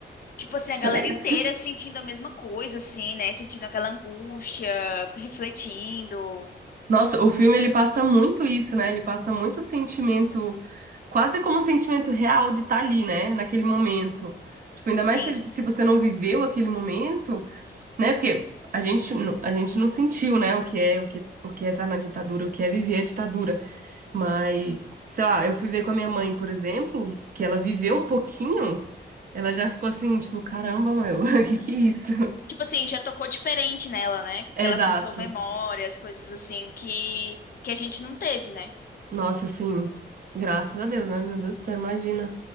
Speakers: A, on the left (about 50°); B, on the right (about 50°).
A: Tipo assim,
B: Chorei.
A: a galera inteira sentindo a mesma coisa, assim, né? Sentindo aquela angústia, refletindo,
B: Nossa, o filme ele passa muito isso, né? Ele passa muito sentimento, quase como um sentimento real de estar ali, né? Naquele momento. Tipo, ainda
A: sim.
B: mais se, se você não viveu aquele momento, né? Porque a gente, não- a gente não sentiu, né? O que é, o que, o que é estar na ditadura, o que é viver a ditadura. Mas, sei lá, eu fui ver com a minha mãe, por exemplo, que ela viveu um pouquinho, ela já ficou assim, tipo, caramba, meu, <laughs> que que é isso?
A: Tipo assim, já tocou diferente nela, né? Porque
B: É,
A: ela
B: Exato.
A: acessou memórias, coisas assim que, que a gente não teve, né?
B: Nossa, assim, graças a Deus, né? Meu Deus do céu, imagina.